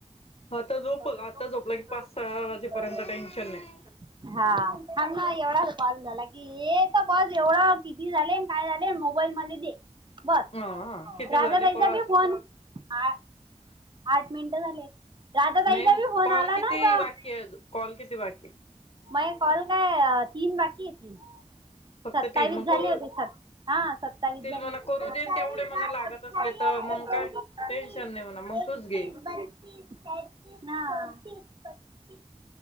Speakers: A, on the left; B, on the right.
A: आता झोपल
B: <unintelligible>
A: आता झोपला की पाच सहा वाजेपर्यंत टेन्शन नाही
B: हा हना एवढाच पाल झाला की ए तर बस एवढं किती झाले काय झाले मोबाईल मले दे बस
A: हा किती
B: राजा
A: झाले
B: ताईचा
A: कॉल
B: देऊ फोन आ आठ मिनिट झाले राधा ताईचा
A: नाही
B: बी फोन
A: कॉल
B: आला
A: किती
B: ना अस
A: बाकी आहे कॉल किती बाकी आहे?
B: मये कॉल काय तीन बाकी आहे तीन
A: फक्त
B: सत्तावीस
A: तीन मग
B: झाले
A: करू
B: होते सत्त हा सत्तावीस
A: तील
B: झाले
A: म्हणा
B: होते
A: करू
B: सत्तावीस
A: देन तेवढे म्हणा
B: झा
A: लागत
B: सत्तावीस
A: असले तर मग काय
B: स एकतीस तीस
A: टेन्शन नाही म्हणा मग
B: एक
A: तूच घे
B: एकसतीस बत्तीस तेहत्तीस नऊ चौतीस पस